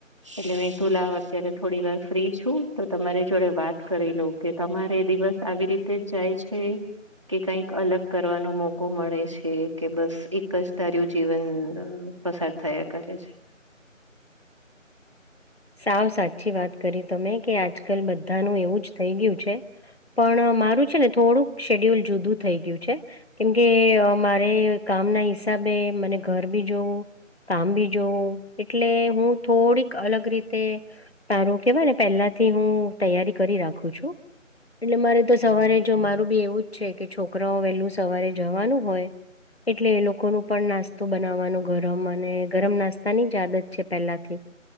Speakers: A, on the right; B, on the left.
A: એટલે મે તુ લવ અત્યારે થોડી વાર ફ્રી છું તો તમારી જોડે વાત કરી લઉ કે તમારે દિવસ આવી રીતે જ જાય છે કે કઈક અલગ કરવાનો મોકો મળે છે કે બસ એક જ ઘાર્યું જીવન અ પસાર થયા કરે છે
B: સાવ સાચી વાત કરી તમે કે આજકાલ બધાનું એવું જ થઈ ગયું છે પણ મારું છે ને થોડુંક શેડ્યુલ જુદું થઈ ગયું છે કેમકે મારે કામ ના હિસાબે મને ઘર બી જોવું કામ બી જોવું એટલે હું થોડીક અલગ રીત તે તારું કેવાય ને પહેલા થી હું તૈયારી કરી રાખું છું એટલે મારે તો સવારે જો મારું બી એવું જ છે કે છોકરાઓ વેલું સવારે જવાનું હોય એટલે એ લોકોનું પણ નાસ્તો બનાવવાનું ગરમ અને ગરમ નાસ્તાની જ આદત છે પહેલાથી